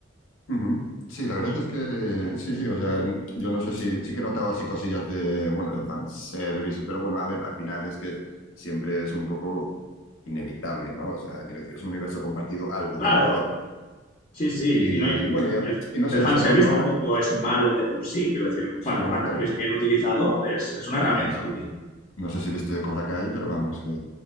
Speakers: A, on the left; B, on the left.
A: Ujú. Sí, la verdad
B: Y
A: es que sí, sí, o sea, yo no sé si sí que notaba así cosillas de, bueno, de fanservice, pero bueno, a ver, al final es que siempre es un poco inevitable, ¿no? O sea, quiero decir, es un universo compartido, algo
B: claro,
A: tiene que haber.
B: sí, sí,
A: Y
B: y no hay...
A: bueno, ya,
B: y el,
A: y no sé,
B: el fanservice
A: o sea, no, no,
B: tampoco es malo de por sí, quiero decir, un,
A: sí,
B: fan,
A: bueno,
B: un fanservice
A: claro,
B: bien utilizado es, es una herramienta
A: sí, sí.
B: útil.
A: No sé si viste Cobra Kai, pero vamos, que